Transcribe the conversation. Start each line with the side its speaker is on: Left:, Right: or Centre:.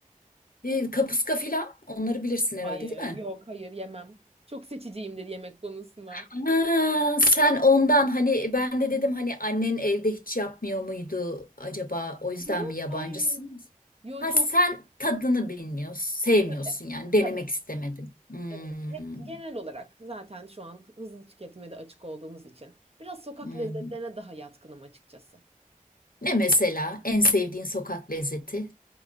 Left: E, kapuska filan onları bilirsin herhalde
Right: Hayır
Left: değil mi?
Right: yok hayır yemem. Çok seçiciyimdir yemek konusunda.
Left: Ha, sen ondan hani ben de dedim hani annen evde hiç yapmıyor muydu acaba o yüzden
Right: Yok
Left: mi yabancısınız?
Right: hayır. hayır. Yok
Left: Ha
Right: çok
Left: sen tadını bilmiyorsun, sevmiyorsun
Right: Tabii.
Left: yani denemek
Right: Tabii.
Left: istemedin. Hmm,
Right: evet hep genel olarak zaten şu an hızlı tüketmede açık olduğumuz için biraz sokak
Left: hmm.
Right: lezzetlerine daha yatkınım açıkçası.
Left: Ne mesela en sevdiğin sokak lezzeti?